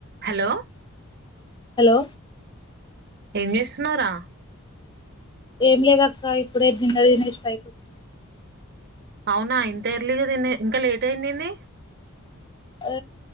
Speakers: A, on the right; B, on the left.
A: హలో
B: హలో
A: ఏం చేస్తునావ్ రా
B: ఏం లేదక్క ఇప్పుడే డిన్నర్ చేసి పైకి వచ్చిన
A: అవునా ఇంతఎర్లీ గా తిని ఇంకా లేట్ అయిందిడి
B: ఆ